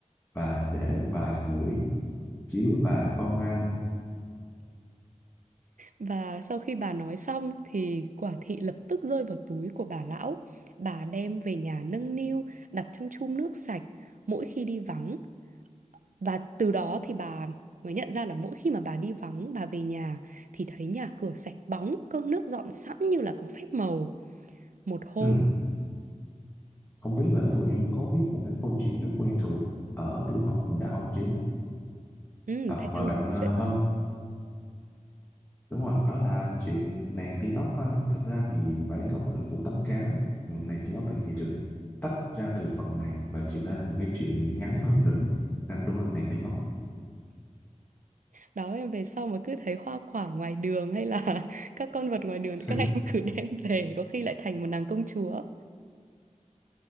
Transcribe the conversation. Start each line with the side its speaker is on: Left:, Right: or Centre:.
Left: bà để bà ngửi, chứ bà không ăn.
Right: và sau khi bà nói xong thì quả thị lập tức rơi vào túi của bà lão bà đem về nhà nâng niu đặt trong chum nước sạch mỗi khi đi vắng và từ đó thì bà mới nhận ra là mỗi khi mà bà đi vắng bà về nhà thì thấy nhà cửa sạch bóng cơm nước dọn sẵn như là có phép màu một hôm
Left: Ừ. Không biết là tụi em có biết một cái câu chuyện rất quen thuộc ở tiểu học mình đã học chưa?
Right: ừ,
Left: Ờ,
Right: thầy
Left: mời
Right: đang
Left: bạn
Right: nói
Left: ờ,
Right: câu chuyện
Left: Hân.
Right: đó.
Left: Đúng rồi, đó là chuyện nàng tiên ốc ha. Thật ra thì bản gốc là Phủ Tấm Cám, còn nàng tiên ốc thì được tách ra từ phần này và chuyển thể thành một cái chuyện ngắn hơn nữa. À, đúng rồi, nàng tiên ốc.
Right: đó em về sau mà cứ thấy hoa quả ngoài đường hay là <laughs> các con vật ngoài đường
Left: <laughs>
Right: thì các em cứ đem về có khi lại thành một nàng công chúa